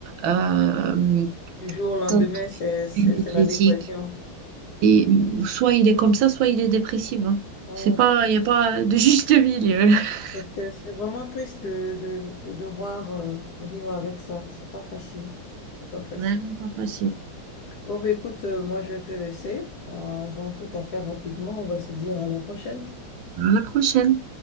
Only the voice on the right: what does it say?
euh,
tellement
énergétique.
Et euh, soit il est comme ça, soit il est dépressif. hein.
C'est pas, il n'y a pas de juste milieu. <laughs>
Vraiment pas facile.
À la prochaine.